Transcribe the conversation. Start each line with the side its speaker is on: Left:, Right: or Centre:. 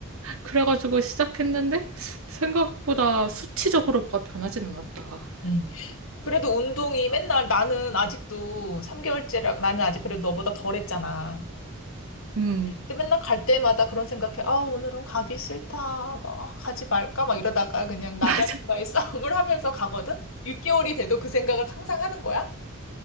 Right: 그래가지고 시작했는데 생각보다 수치적으로 뭐가 변하진 않았다.
Left: 음. 그래도 운동이 맨날 나는 아직도 3개월째라 나는 아직 그래도 너보다 덜 했잖아.
Right: 음.
Left: 근데 맨날 갈 때마다 그런 생각해. 아, 오늘은 가기 싫다. 막, 아, 가지 말까? 막 이러다가 그냥 나
Right: <laughs> 맞아.
Left: 자신과의 <laughs> 싸움을 하면서 가거든? 6개월이 돼도 그 생각을 항상 하는 거야?